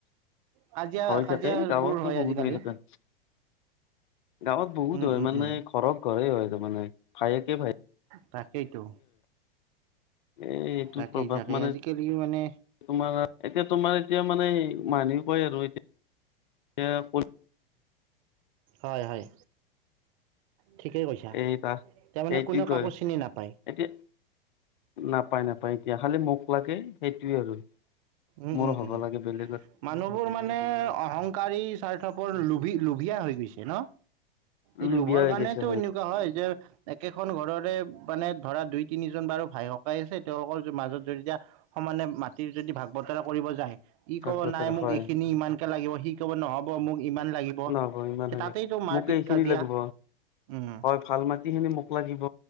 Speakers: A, on the right; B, on the left.
A: কাজিয়া
B: হয়
A: কাজিয়াবোৰ
B: থাকতে গাঁৱতো
A: হয়
B: বহুত
A: আজিকালি।
B: হৈ থতেন গাঁৱত বহুত
A: উম
B: হয়
A: উম
B: মানে
A: উম
B: ঘৰৰত ঘৰে হয় তাৰমানে ভায়েকে ভায়ে
A: তাকেইতো
B: এ এইটো
A: তাকেই
B: প্ৰভাৱ
A: তাকেই
B: মানে
A: আজিকালি মানে
B: তোমাৰ এতিয়া তোমাৰ এতিয়া মানে মানহ পায় আৰু এতিয়া এ ক
A: হয় হয় ঠিকেই কৈছা
B: এই তাচ
A: তাৰমানে
B: সেইটো
A: কোনেও
B: কয়
A: কাকো চিনি নাপায়
B: এতিয়া নাপায় নাপায় এতিয়া খালি মোক লাগে সেইটোয়ে আৰু
A: উম
B: মোৰো
A: উম
B: হ'ব
A: উম
B: লাগে বেলেগ
A: মানুহবোৰ মানে অহংকাৰী স্বাৰ্থপৰ লো লোভিয়া হৈ গৈছে ন? এই
B: লুবিয়া
A: লোভৰ
B: হৈ
A: কাৰণেতটো
B: গৈছে
A: এনেকুৱা হয় যে একেখন ঘৰৰে মানে ধৰা দুই তিনিজন বাৰু ভাই সকাই আছে তেওঁলোকৰ মাজত যে যেতিয়া মানে মাটি যদি ভাগ বতৰা কৰিব যায় ই
B: ভাগ
A: কব
B: বতৰা
A: নাই মোক
B: হয়
A: এইখিনি ইমানকে লাগিব সি কব নহব মোক ইমান লাগিব
B: নহ'ব ইমান
A: সেই
B: হলে
A: তাতেইতো মাৰপিত
B: মোক এইখিনি
A: কাজিয়া
B: লাগিব
A: উম
B: হয় ভাল মাটিখিনি মোক লাগিব,